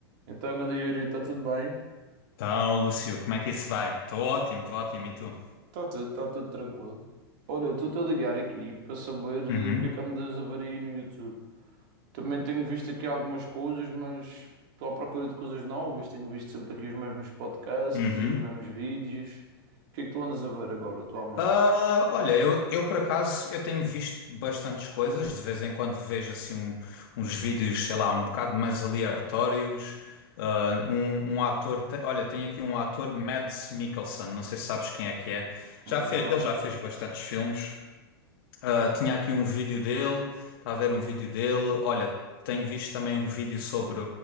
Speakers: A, on the right (about 55°); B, on the left (about 65°).
A: Então, grande Yuri, está tudo bem?
B: Então, Lúcio, como é que isso vai? Estou ótimo, estou ótimo. E tu?
A: Está tudo, está tudo tranquilo. Olha, eu estou-te a ligar aqui para saber eh,
B: Uhum,
A: o que é que andas a ver aí no YouTube. Também tenho visto aqui algumas coisas, mas estou à procura de coisas novas. Tenho visto sempre aqui os mesmos podcasts
B: uhum.
A: e os mesmos vídeos. O que é que tu andas a ver agora, atualmente?
B: Ah, olha, eu, eu por acaso eu tenho visto bastantes coisas. De vez em quando vejo assim um- uns vídeos, sei lá, um bocado mais aleatórios. Ah, um, um ator, te- olha, tem aqui um ator, Mads Mikkelsen. Não sei se sabes quem é que é.
A: Não,
B: Já fe- ele já fez bastantes filmes. Ah,
A: ok.
B: tinha aqui um vídeo dele, está a ver um vídeo dele. Olha, tenho visto também um vídeo sobre